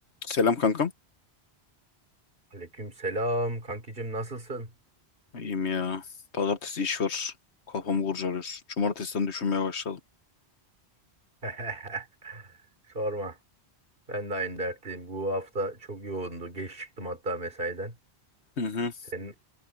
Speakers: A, on the left; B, on the right.
A: Selam kankam.
B: Aleyküm selam kankicim nasılsın?
A: İyiyim ya. Pazartesi iş var. Kafamı kurcalıyor. Cumartesiden düşünmeye başladım.
B: <laughs> Sorma. Ben de aynı dertliyim. Bu hafta çok yoğundu. Geç çıktım hatta mesaiden.
A: Hı hı.
B: Senin